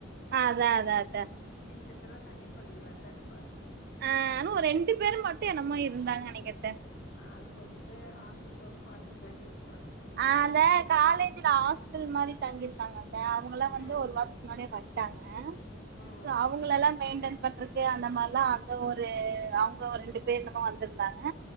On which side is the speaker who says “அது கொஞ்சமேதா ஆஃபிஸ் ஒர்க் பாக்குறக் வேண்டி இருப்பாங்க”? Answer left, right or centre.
Left